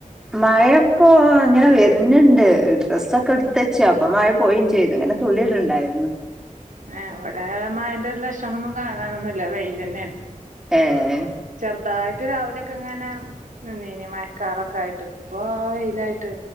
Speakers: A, in the centre; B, on the right (about 75°).
A: മഴപ്പോ ഇങ്ങനെ വെര്ന്ണ്ട് ഡ്രസ്സൊക്കെ എട്ത്തച്ചു അപ്പൊ മഴ പോയിം ചെയ്ത് ഇങ്ങനെ തുള്ളിട്ണ്ടായിരുന്നു
B: ആ ഇവടെ മഴന്റൊരു ലക്ഷണൊന്നും കാണാനൊന്നുല്ല വെയില്ലെന്നേണ്
A: ഏഹ്
B: ചെറ്തായിട്ട് രാവിലൊക്കെങ്ങനെ നിന്നീനി മഴക്കാറൊക്കായിട്ട് ഇപ്പൊ വെയിലായിട്ട്